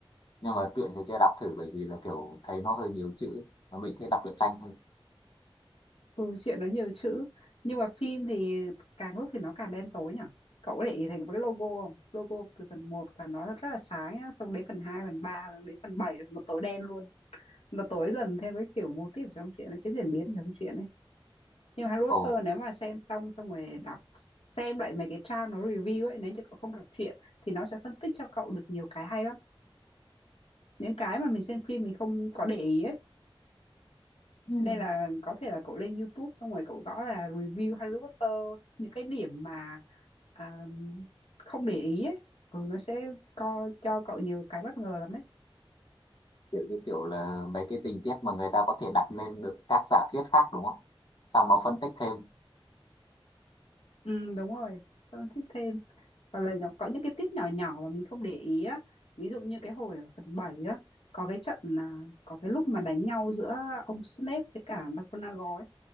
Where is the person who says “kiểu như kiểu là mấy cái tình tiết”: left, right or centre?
Left